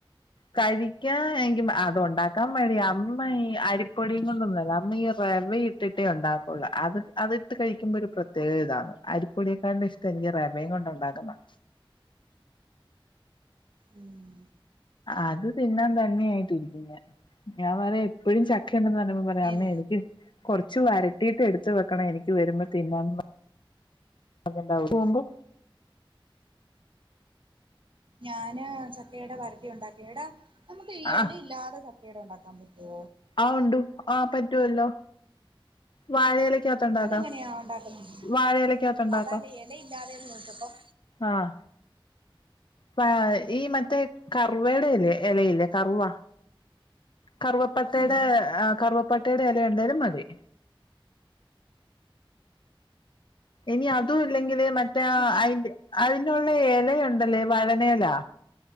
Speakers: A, on the left (about 60°); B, on the right (about 65°).
A: കഴിക്കാൻ എന്ക്കി അതോണ്ടാക്കാൻ മടിയാ അമ്മ ഇ അരിപൊടി കൊണ്ടന്നല്ല അമ്മ ഈ റവിം ട്ടിട്ടേ ഉണ്ടാകൊള്ളു അത് അത്ട്ട് കഴിക്കുമ്പൊരു പ്രത്യേക ഇതാണ് അരിപ്പൊടിയെക്കാളും ഇഷ് ക്ക്ഞ്ഞ് റവയും കൊണ്ട് ഉണ്ടാക്കണം
B: ഉം
A: അത് തിന്നാൻ തന്നെയായിട്ടിരിക്കുലെ ഞാപറി എപ്പഴും ചക്കണ്ടെന്ന് പറയു പറയാ
B: എൻ
A: അമ്മേ എനിക്ക് കൊറച്ച് വരട്ടീട്ട് എടുത്ത് വെക്കണെ എനിക്ക് വരുമ്പ തിന്നാന് അതിണ്ടാവും പോവ്മ്പോ
B: ഞാന് ചക്കയുടെ വരട്ടി ഉണ്ടാക്കി എടാ നമുക്ക് ഈ
A: ആ
B: ഇല ഇല്ലാതെ. ചക്കയട ഉണ്ടാക്കാൻ പറ്റോ
A: ആഹ് ഉണ്ടും ആഹ് പറ്റുവല്ലോ വാഴയിലക്ക ത്ത്ണ്ടാക്ക
B: അതെങ്ങനെയാ ഉണ്ടാക്കുന്നത്
A: വാഴയിലക്കകത്ത്ണ്ടാക്ക.
B: അതല്ല ഇലയില്ലാതെന്ന് ചോദിച്ചപ്പം
A: ആഹ് പ്പ യാ ഈ മറ്റേ കർവെട ഇല്ലേ എലയില്ലേ കറുവ കറുവപ്പട്ടയുടെ
B: ഉം
A: കറുവപ്പട്ടയുടെ ഇല ഉണ്ടേലും മതി. ഇനി അതു ഇല്ലെങ്കില് മറ്റ ആ
B: എനിക്ക്
A: അയിന്റെ അയിനുള്ള ഇലയുണ്ടല്ലേ വഴനയെല